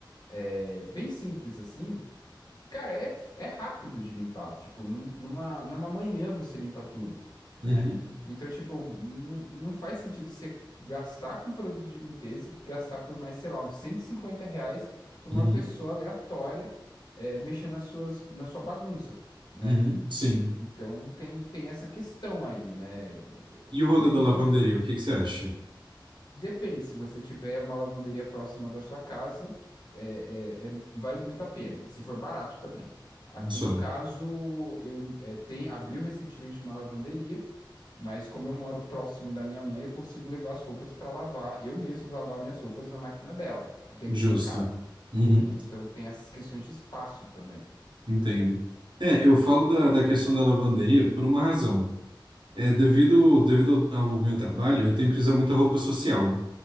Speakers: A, on the left; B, on the right.
A: é bem simples assim, Cara, é, é rápido de limpar. Tipo, num- numa, numa manhã você limpa tudo, né?
B: uhum,
A: Então, tipo, não não faz sentido você gastar com produto de limpeza e gastar por mais, sei lá, uns 150 reais pra
B: uhum,
A: uma pessoa aleatória é, mexer nas suas, na sua bagunça, né?
B: uhum, sim.
A: Então, tem, tem essa questão aí, né?
B: E o
A: Mas,
B: rolê
A: enfim.
B: da lavanderia, o que que você acha?
A: Depende, se você tiver uma lavanderia próxima da sua casa, é, é- é- vale muito a pena. E se for barato também. Aqui
B: Só,
A: no caso, eu é, tem, abriu recentemente uma lavanderia, mas como eu moro próximo da minha mãe, eu consigo levar as roupas para lavar, eu mesmo lavar minhas roupas na máquina dela, porque aqui
B: justo.
A: não cabe,
B: Uhum,
A: né? Então tem essas questões de espaço também.
B: entendo. É, eu falo da, da questão da lavanderia por uma razão. É, devido, devido ao, ao meu trabalho, eu tenho que usar muita roupa social,